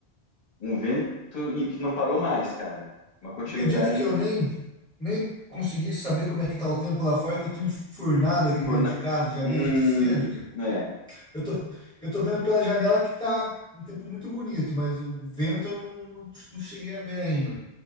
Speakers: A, on the left; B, in the centre.
A: um vento e que não parou mais, cara. Uma continuidade.
B: Acredita que eu nem nem consegui saber como é que tá o tempo lá fora, que eu tô enfurnado aqui
A: torna-
B: dentro de casa já
A: Hum,
B: desde cedo, cara.
A: é.
B: Eu tô eu tô vendo pela janela que tá um tempo muito bonito, mas o vento eu não, não, não cheguei a ver ainda.